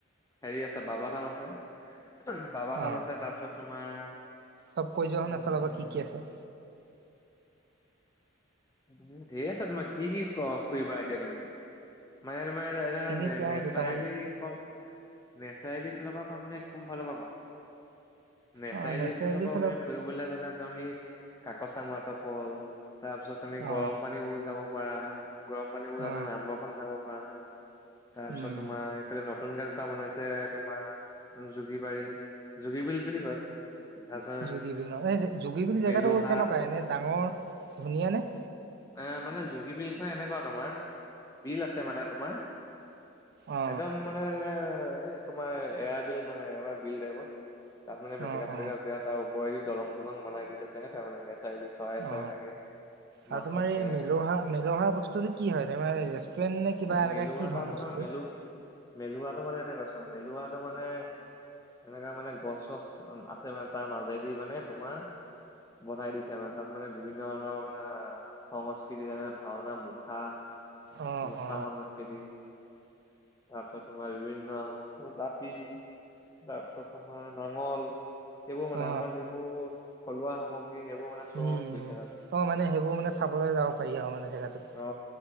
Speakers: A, on the left; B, on the right.
A: হেৰি আছে বাবা থান আছে, বাবা
B: অ
A: থান আছে তাৰপিছত তোমাৰ
B: চব কৈ যোৱা
A: উম
B: হ এফালৰ পৰা কি কি আছে?
A: উম ঢেৰ আছা তোমাৰ কি কি ক ফুৰিবা এতিয়া তুমি? মানে তোমাৰ এ এ
B: এনেই তেওঁৰ
A: নেচাৰেলি
B: দুটামান
A: হক নেচাৰেলিৰ ফালৰ পৰা কম নে কোন ফালৰ পৰা কম? নেচাৰেলি
B: অ
A: ফুলিব পৰাও
B: ফালৰ
A: তুমি ফুৰিবলৈ গ'লে তুমি কা কচাং ৱাটাৰ ফল তাৰ পিছত তুমি
B: অ
A: গৰম পানীও যাব পাৰা গৰম পানীও
B: অ
A: যাতে নাম্বৰখন চাব পৰা। তাৰপিছত
B: উম
A: তোমাৰ এইফালে ন তুনকাল দুটা বনাইছে তোমাৰ জোগী বাৰী জোগী বিল বুলি কয় তাৰপিছত
B: জোগী বিলৰ এই জোগী বিল জেগাটো
A: মেলুহা
B: কেনেকুৱা এনে ডাঙৰ ধুনীয়া নে
A: এ মানে জোগী বিলখন এনেকুৱা তোমাৰ বিল আছে মানে তোমাৰ
B: অ
A: একদম মানে এনে তোমাৰ এৰা বিল মানে এৱাৰ বিল টাইপত। তাত মানে মেটেকা
B: অ অ
A: চেটেকা
B: অ
A: আছে তাৰ পৰেদি দলং চলং বনাই দিছে তেনেকোৱা মানে নেছ চাৰিলে চৰাই চৰা
B: অ
A: থাকে মাছ
B: আৰু তোমাৰ
A: চাছ
B: এই
A: থাকে
B: মেলোহা
A: এনেকুৱাই
B: মেলোহা বস্তুটো কি হয় তোমাৰ ৰেষ্টুৰেণ্ট নে কিবা এনেকা
A: মেলোহাটা
B: কি ধৰণৰ
A: মানে
B: বস্তু
A: মেলু মেলোহাটো মানে এনেকুৱা চোৱা মেলোহাটো মানে এনেকা মানে গছ চছ আছে মানে তাৰ মাজেদি মানে তোমাৰ বনাই দিছে মানে তাত মানে বিভিন্ন ধৰণৰ মানে সংস্কৃতি যেনে ভাওনা মুখা
B: অ
A: মুখা
B: অ
A: সংস্কৃতি, তাৰ পিছত তোমাৰ বিভিন্ন জাতি তাৰপিছত আমাৰ নাঙল, এইবোৰ মানে
B: অ
A: আমাৰ যিবোৰ থলুৱা সামগ্ৰী সেইবোৰ মানে চব
B: উম
A: হয় থাকা
B: অ মানে সেইবোৰ মানে চাবলৈ যাব পাৰি আৰু মানে জেগাটোত
A: অ